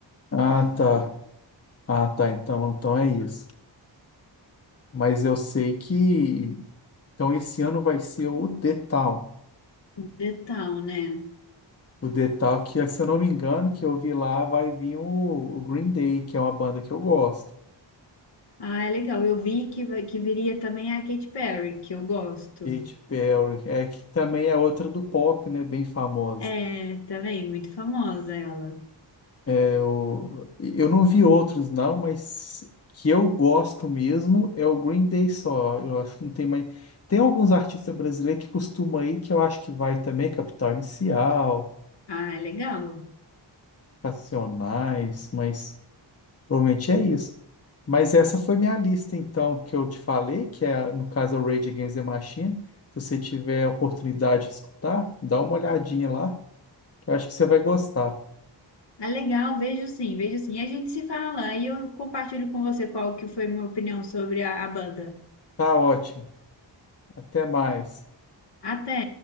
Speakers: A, on the left; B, on the left.
A: Ah, tá. Ah, tá. Então, então é isso. Mas eu sei que. Então, esse ano vai ser o The Town.
B: o The Town, né?
A: O The Town, que, se eu não me engano, que eu vi lá, vai vir o, o Green Day, que é uma banda que eu gosto.
B: Ah, é legal. Eu vi que, vai- que viria também a Katy Perry, que eu gosto.
A: Katy Perry, é, que também é outra do pop, né? Bem famosa.
B: É, também, muito famosa ela.
A: Eu, eu não vi outros, não, mas que eu gosto mesmo é o Green Day só. Eu acho que não tem mais. Tem alguns artistas brasileiros que costumam aí que eu acho que vai também, Capital Inicial,
B: Ah, é legal.
A: Racionais, mas provavelmente é isso. Mas essa foi minha lista, então, que eu te falei, que é, no caso, é o Rage Against the Machine. Se você tiver a oportunidade de escutar, dá uma olhadinha lá, que eu acho que você vai gostar.
B: Ah, legal, vejo sim, vejo sim. E a gente se fala, aí eu compartilho com você qual que foi minha opinião sobre a a banda.
A: Tá ótimo. Até mais.
B: Até!